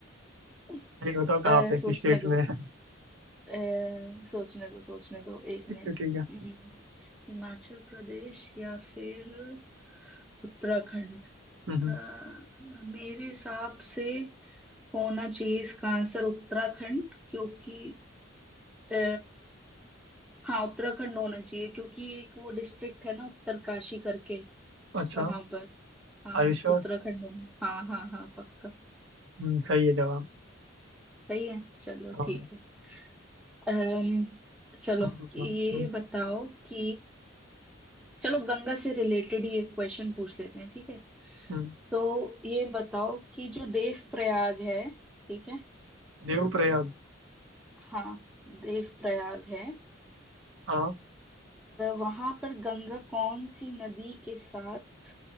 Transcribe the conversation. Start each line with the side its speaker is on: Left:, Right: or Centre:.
Centre: <laughs>
Right: एक बताओ कहाँ
Centre: अ,
Right: पे किस
Centre: सोचने
Right: स्टेट में
Centre: दो
Right: <laughs> है?
Centre: अ, सोचने दो सोचने दो एक
Right: ठीक
Centre: मिनट
Right: है ठीक है
Centre: हम्म, हिमाचल प्रदेश या फिर उत्तराखंड
Right: हम्म
Centre: अ, मेरे हिसाब से होना चाहिए इसका आंसर उत्तराखंड क्योंकि आ, हाँ उत्तराखंड होना चाहिए क्योंकि एक वो डिस्ट्रिक्ट है ना उत्तरकाशी करके
Right: अच्छा
Centre: वहां पर हाँ
Right: अरे श्योर
Centre: तो उत्तराखंड होना हाँ हाँ हाँ पक्का
Right: हम्म, सही है जवाब
Centre: सही है चलो
Right: हाँ
Centre: ठीक
Right: हाँ,
Centre: है अम्म चलो
Right: हम पूछो
Centre: ये
Right: हम्म,
Centre: बताओ कि चलो गंगा से रिलेटेड ही एक क्वेश्चन पूछ लेते हैं ठीक है
Right: हम्म,
Centre: तो ये बताओ कि जो देव प्रयाग है ठीक है
Right: देवप्रयाग
Centre: हाँ देव प्रयाग है
Right: हाँ
Centre: वहां पर गंगा कौन सी नदी के साथ